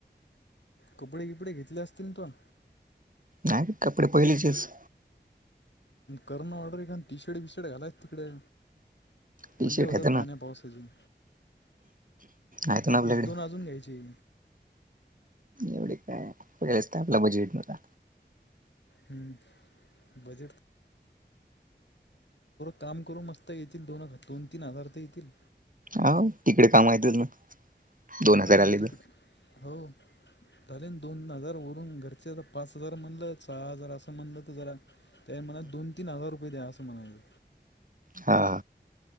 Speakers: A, on the left (about 85°); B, on the right (about 50°).
A: कपडे किपडे घेतले असतील तोन.
B: नाही कपडे पहिलेचेच.
A: कर ना ऑर्डर का टी शर्ट बिशर्ट घालायच तिकडे. वल्ले
B: टी शर्ट
A: होतात
B: आहेत ना
A: पाण्या पावसाचे.
B: आहेत
A: एक दो
B: ना आपल्याकडे
A: एक दोन अजून घ्यायची.
B: एवढे काय <unintelligible> आपला बजेट नव्हता.
A: हम्म. <unintelligible> काम करू मस्त येतील दोन. दोन तीन हजार त येतील.
B: हाव तिकडे काम येतात ना, दोन
A: हा
B: हजार आलेलं.
A: हो. तरी दोन हजार वरून घरचे तर पाच हजार म्हणलं सहा हजार असं म्हणलं तर जरा. त्या मना दोन तीन हजार रुपये द्या असं म्हणायचं.
B: हा.